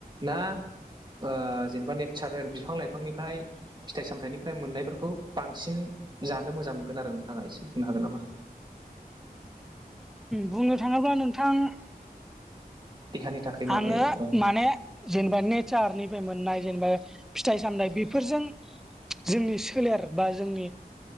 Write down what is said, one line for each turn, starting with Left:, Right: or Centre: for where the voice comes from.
Right: ना ओ जेनेबा नेचारेल बिफां लाइफांनिफ्राय फिथाइ सामथाइनिफ्राय मोननायफोरखौ बांसिन जानो मोजां मोनगोन आरो नोंथाङा एसे बुंनो हागोन नामा?
Centre: बुंनो थाङोब्ला नोंथां
Right: देहानि थाखाय माबे
Centre: आङो
Right: औ
Centre: माने जेनेबा नेचारनिफ्राय मोननाय जेनेबा फिथाइ सामथाइ बेफोरजों जोंनि सोलेर बा जोंनि